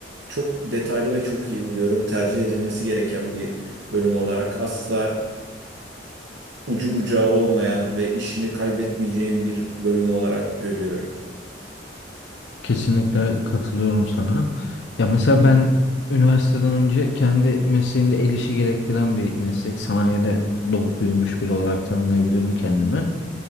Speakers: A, on the right (about 75°); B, on the left (about 70°).
A: çok detaylı ve çok iyi buluyorum. Tercih edilmesi gereken bir bölüm olarak asla ucu bucağı olmayan ve işini kaybetmeyeceğim bir bölüm olarak görüyorum.
B: Kesinlikle katılıyorum sana. Ya mesela ben üniversiteden önce kendi mesleğimde el işi gerektiren bir meslek. Sanayide doğup büyümüş biri olarak tanımlayabilirim kendimi.